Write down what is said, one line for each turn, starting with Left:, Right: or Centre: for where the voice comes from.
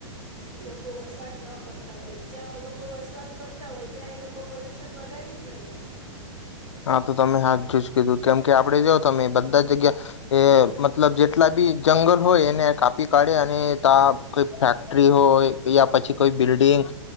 Right: લોકો વસવાટ ન કરતા હોય જ્યાં લોકો વસવાટ કરતા હોય ત્યાં એ લોકો પોલ્યુશન વધારી જ રહ્યા છે.
Left: હા તો તમે હા જો જ કીધું કેમ કે આપડે જાઓ તમે બધા જગ્યા એ મતલબ જેટલા બી જંગલ હોય એને કાપી કાઢે અને ત કઈ ફેક્ટરી હોય યા પછી કોઈ બિલ્ડીંગ